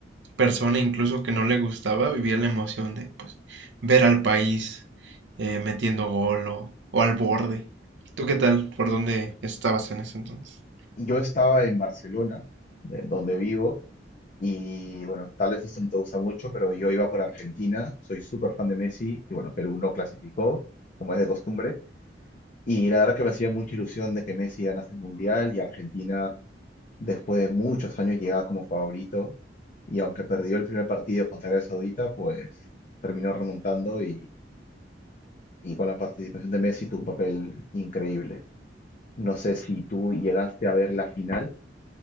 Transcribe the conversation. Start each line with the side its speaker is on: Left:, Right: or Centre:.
Right: persona incluso que no le gustaba vivía la emoción de pues ver al país eh, metiendo gol o, o al borde. ¿Tú qué tal? ¿Por dónde estabas en ese entonces?
Left: yo estaba en Barcelona, de donde vivo, y bueno, tal vez esto no te gusta mucho, pero yo iba por Argentina, soy súper fan de Messi, y bueno, Perú no clasificó, como es de costumbre. Y la verdad que me hacía mucha ilusión de que Messi ganase el mundial y Argentina Después de muchos años llegaba como favorito y aunque perdió el primer partido contra Arabia Saudita, pues terminó remontando y, y con la participación de Messi tuvo un papel increíble. No sé si tú llegaste a ver la final,